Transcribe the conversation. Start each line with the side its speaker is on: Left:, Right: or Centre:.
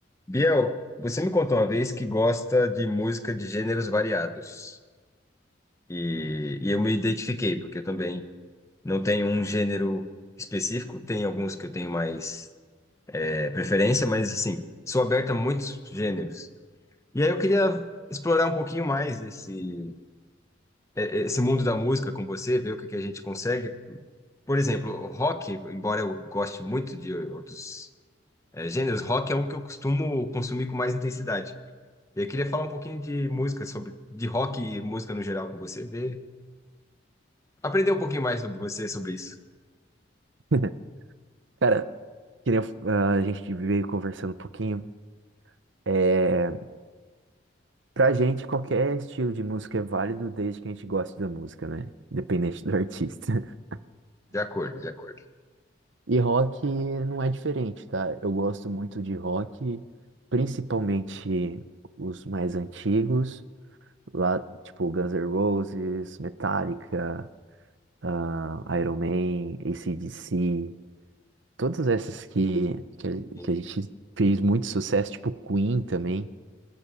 Left: Biel, você me contou uma vez que gosta de música de gêneros variados. E, e eu me identifiquei, porque eu também não tenho um gênero específico, tem alguns que eu tenho mais é, preferência, mas assim, sou aberto a muitos gêneros. E aí eu queria explorar um pouquinho mais esse, é, esse mundo da música com você, ver o que que a gente consegue. Por exemplo, o rock, embora eu goste muito de outros é, gêneros, rock é um que eu costumo consumir com mais intensidade. Eu queria falar um pouquinho de música, sobre, de rock e música no geral com você, ver, aprender um pouquinho mais sobre você, sobre isso.
Right: <laughs> Cara, que nem eu- a gente veio conversando um pouquinho. É, pra gente, qualquer estilo de música é válido desde que a gente goste da música, né? Independente do artista. <laughs>
Left: De acordo, de acordo.
Right: E rock não é diferente, tá? Eu gosto muito de rock, principalmente os mais antigos, lá, tipo Guns N' Roses, Metallica, ah, Iron Man, AC/DC, todas essas que, que, a-
Left: Sim.
Right: que a gente fez muito sucesso, tipo Queen também.